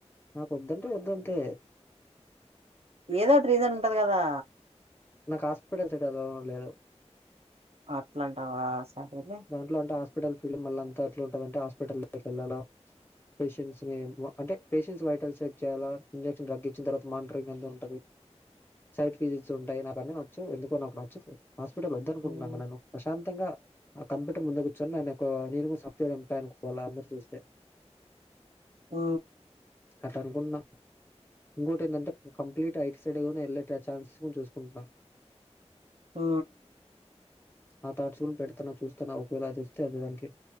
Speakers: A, on the left (about 20°); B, on the right (about 60°).
A: నాకు వద్దంటే వదుంతే
B: ఏదో ఒకటి రీజన్ ఉంటది కదా
A: నాకు హాస్పిటల్ సిట్ ఎద లేదు
B: అట్లాంటావా సహలే
A: దాంట్లో అంటే హాస్పిటల్ ఫీల్డ్ మళ్ళ అంత ఎట్లా ఉంటుందంటే హాస్పిటల్ల్లో వెళ్ళడం పేషెంట్స్ ని అంటే పేషెంట్స్ వైటల్ సేక్ చేయాలా ఇంజెక్షన్ డగ్ ఇచ్చిన తర్వాత మానిటరింగ్ ఎంత ఉంటుంది సైట్ ఫిజిట్స్ ఉంటాయి నాకు అన్ని నచ్చు ఎందుకో నాకు నచ్చ హాస్పిటల్ వదు అనుకుంటున్నాను
B: ఉమ్
A: నేను ప్రశంత్ ఖొతంగా ఆ కంప్యూటర్ ముందు కూర్చొని నేను ఒక నేనుగా సాఫ్ట్వేర్ ఎం అనుకోవి అందరరు చూస్తే
B: హ
A: అట్ అనుకుంటున్నాం ఇంకోటి ఏంటంటే కంప్లీట్ ఐట్ సైడ్ వెళ్ళ ట్టే ఛాన్సెస్ చూసుకుంటున్నా
B: ఆ
A: ఆ థాట్స్ పెడుతున్న చూస్తన్న ఒకవేళ అదొస్తే అదేదానికి